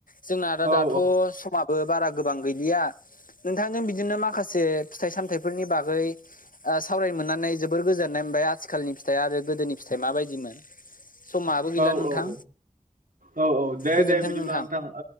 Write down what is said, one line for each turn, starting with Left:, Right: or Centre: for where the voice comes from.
Left: जोंना दा
Right: औ
Left: दाथ' समाबो बारा गोबां गैलिया। नोंथांजों बिदिनो माखासे फिथाइ सामथायफोरनि बागै ओ सावराय मोननानै जोबोर गोजोननाय ओमफ्राय आथिखालनि फिथाइ आरो गोदोनि फिथाइ माबायदिमोन। समाबो गैला
Right: औ
Left: नोंथां,
Right: औ औ औ दे
Left: गोजोनथों
Right: दे बिदिब्ला
Left: नोंथां।
Right: ओ